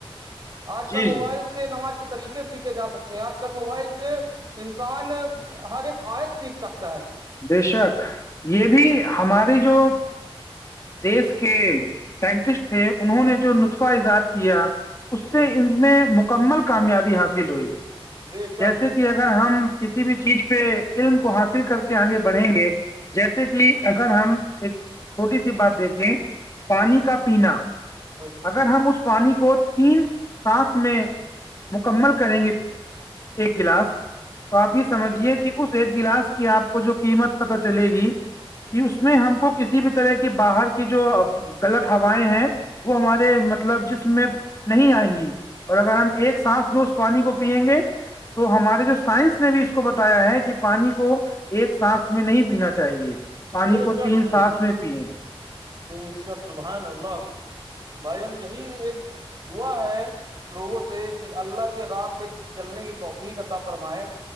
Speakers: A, on the right; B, on the left.
A: آج
B: جی
A: کل موبائل
B: جی
A: سے سے نماز کے طریقے سیکھے جا سکتے ہیں آج کل موبائل سے انسان ہر ایک آیت سیکھ سکتا ہے
B: بے شک یہ بھی ہماری جو دیس کے سائنٹسٹ تھے انہوں نے جو نطفہ اجاد کیا اس
A: بے
B: سے
A: شک
B: ان میں مکمل کامیابی حاصل ہوئی
A: بے شک
B: جیسے
A: بے
B: کہ
A: شک
B: اگر ہم کسی بھی چیز پہ علم کو حاصل کر کے آگے بڑھیں گے جیسے کہ اگر ہم ایک چھوٹی سی بات دیکھیں پانی کا پینا
A: بے شک
B: اگر ہم اس کو پانی کو تین سانس میں مکمل کریں گے ایک گلاس تو آپ
A: جی
B: یہ سمجھیے کہ اس ایک گلاس کی آپ جو قیمت پتا چلے گی کہ اس میں ہم کو کسی بھی طرح کے باہر کی جو غلط ہوائیں ہیں وہ ہمارے مطلب جسم میں نہیں آئیں گی اور اگر ہم ایک سانس میں پانی کو پئیں گے تو ہمارے جو سائنس نے بھی اس کو بتایا ہے کہ پانی کو ایک سانس میں نہیں پینا چاہیے پانی
A: بے شک
B: کو تین
A: بے
B: سانس
A: شک
B: میں پییں
A: بے شک سبحان اللہ بھائی جان یہی ایک دعا ہے لوگوں سے اللہ کے راہ پہ چلنے کی توفیق عطا فرمائے